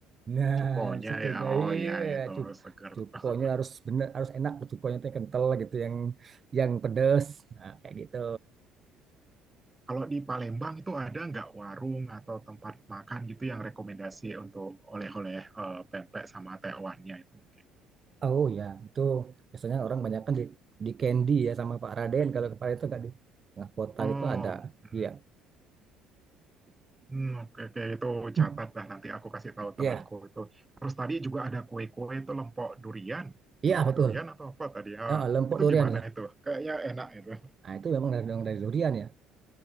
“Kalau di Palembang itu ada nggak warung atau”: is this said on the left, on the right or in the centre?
Right